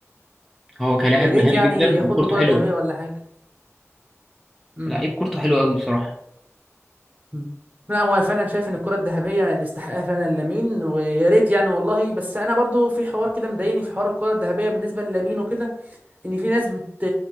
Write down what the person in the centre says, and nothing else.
هو كلاعب
مهاري
جدا
وكورته
حلوه
لعيب كورته حلوه قوي بصراحه